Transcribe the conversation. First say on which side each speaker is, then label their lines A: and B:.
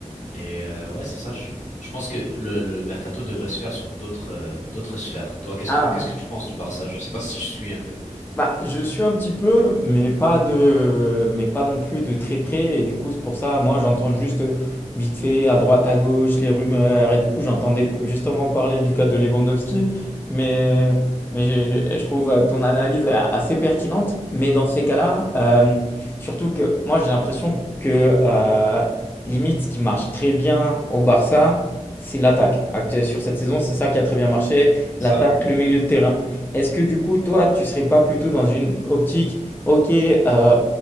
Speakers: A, on the left (about 75°); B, on the left (about 15°).
A: Et euh, ouais, c'est ça. Je, je pense que le, le mercato devrait se faire sur d'autres euh, d'autres sphères. Toi, qu'est-ce
B: Ah.
A: que qu'est-ce que tu penses du Barça? Je sais pas si je suis un peu.
B: Bah, je suis un petit peu, mais pas de, mais pas non plus de très près. Et du coup, c'est pour ça, moi, j'entends juste euh, vite fait à droite, à gauche, les rumeurs. Et du coup, j'entendais justement parler du cas de Lewandowski. Mais, mais je, je trouve euh, ton analyse a- assez pertinente. Mais dans ces cas-là, euh, surtout que moi, j'ai l'impression que euh, limite, ce qui marche très bien au Barça, c'est l'attaque. Actuellement, Sur cette saison, c'est ça qui a très bien marché,
A: C'est
B: l'attaque,
A: ça.
B: le milieu de terrain. Est-ce que du coup, toi, tu serais pas plutôt dans une optique, ok, euh,